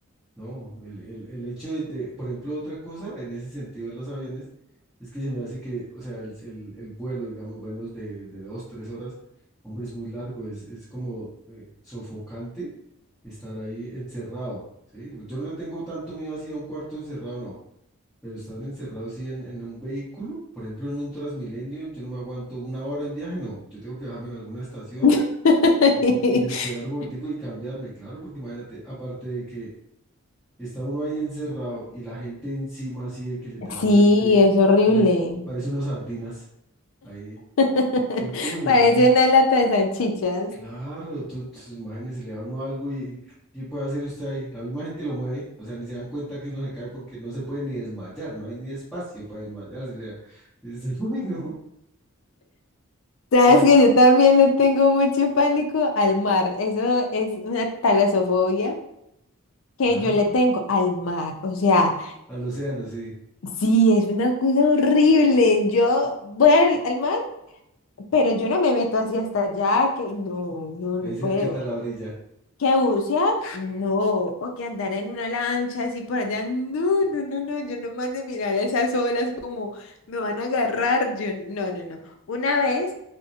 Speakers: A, in the centre; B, on the left.
A: No, el, el- el hecho de, de- por ejemplo, otra cosa en ese sentido de los aviones es que se me hace que, o sea, el, el- el vuelo, digamos, vuelos de, de dos, tres horas, hombre, es muy largo, es, es como eh, sofocante estar ahí encerrado, ¿sí? Yo no le tengo tanto miedo así a un cuarto encerrado, no, pero estar encerrado así en, en un vehículo, por ejemplo, en un Transmilenio, yo no me aguanto una hora en viaje, no, yo tengo que bajarme en alguna estación
B: <laughs>
A: y, y esperar un momentico y cambiarme, claro, porque imagínate, aparte de que Está uno ahí encerrado y la gente encima así de que literalmente
B: Sí, es horrible.
A: parece, parece unos sardinas ahí.
B: <laughs>
A: En- uy,
B: Parece
A: no.
B: una lata de salchichas.
A: Claro, tú, tú imagínese, le da a uno algo y, y ¿qué puede hacer usted ahí? La misma gente lo mueve, o sea, ni se dan cuenta que uno se cae porque no se puede ni desmayar, no hay ni espacio para desmayarse, o sea, es, <laughs> uy, no. O
B: Sabes
A: sea,
B: que yo también le tengo mucho pánico al mar. Eso es una talasofobia que
A: ah,
B: yo le tengo al mar. O sea,
A: al océano, sí,
B: sí, es una cosa horrible. Yo voy al, al mar, pero yo no me meto así hasta allá, que no, no,
A: ahí
B: no puedo.
A: cerquita a la orilla.
B: ¿Que bucear? No. O que andar en una lancha así por allá. No, no, no, no. Yo nomás de mirar esas olas como me van a agarrar. Yo, no, no, no. Una vez,